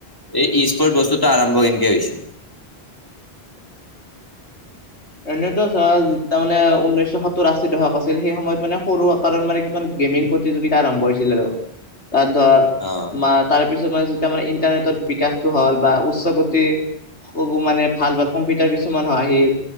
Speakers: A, on the left; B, on the left.
A: এই স্পৰ্ট বস্তুত আৰম্ভ কেনকে হৈছে? <inaudible>
B: এনেইতো চোৱা মানে উনৈশ সত্তৰ আশী দশক আছিল সেই সময়ত মানে সৰু আকাৰৰ মানে কিছুমান গেমিং প্ৰতিযোগিতা আৰম্ভ হৈছিল আৰু তাত ধৰ
A: অ
B: মা তাৰ তাৰপিছত মানে যেতিয়া আমাৰ ইন্টাৰনেটৰ বিকাশটো হল বা উচ্চ গতিৰ মানে ভাল ভাল কম্পিউটাৰ কিছুমান হয় আহিল